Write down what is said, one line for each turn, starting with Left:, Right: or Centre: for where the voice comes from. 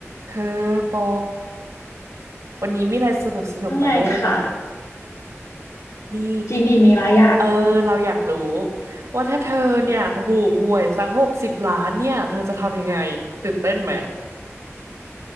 Right: เธอปอวันนี้มีอะไรสนุกสนุกมาเล่น
Left: ว่าไงคะ
Right: นี่
Left: จริงดีมีไระยะ
Right: เออเราอยากรู้ว่าถ้าเธอเนี่ยถูกหวยสักหกสิบล้านเนี่ยเธอจะทำยังไงตื่นเต้นไหม